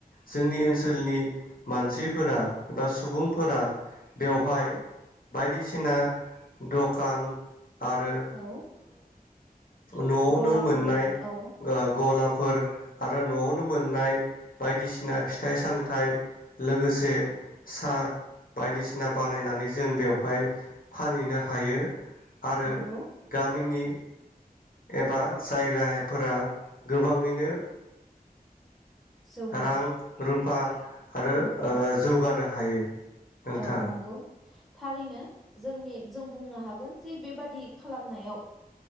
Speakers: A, on the left (about 65°); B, in the centre.
A: जोंनि ओनसोलनि मानसिफोरा एबा सुबुंफोरा बेवहाय बायदिसिना दखान, आरो
B: औ
A: न'आवनो
B: गलाफोर
A: मोननाय
B: होनानै औ
A: गलाब फोर आरो न'आवनो मोननाय बायदिसिना फिथाइ सामथाइ लोगोसे साहा बायदिसिना बानायनानै जों बेवहाय फानहैनो हायो। आरो
B: नंगौ
A: गामिनि एबा जायगाफोरा गोबाङैनो
B: जौगारो
A: रां रुप बा आरो
B: औ
A: ओ जौगानो हायो। नोंथां
B: औ नंगौ थारैनो जोंनि जों बुंनो हागोन जे बेबादि खालामनायाव